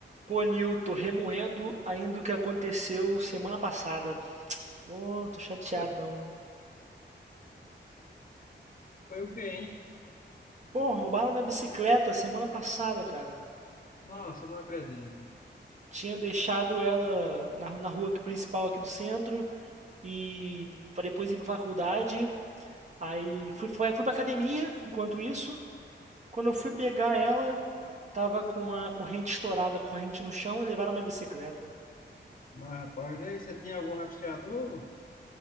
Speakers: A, on the right; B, on the left.
A: Pô, Nil, remoendo ainda o que aconteceu semana passada. Pô, tô chateadão.
B: Foi Foi o quê, hein?
A: Pô, roubaram minha bicicleta semana passada, cara.
B: Nossa, não acredito.
A: Tinha deixado ela na, na rua aqui- principal aqui do centro e para depois ir pra faculdade. Aí fui, fui, fui pra academia enquanto isso. Quando eu fui pegar ela, tava com a corrente estourada, a corrente no chão e levaram minha bicicleta.
B: Mas, rapaz, e aí, você tinha algum rastreador?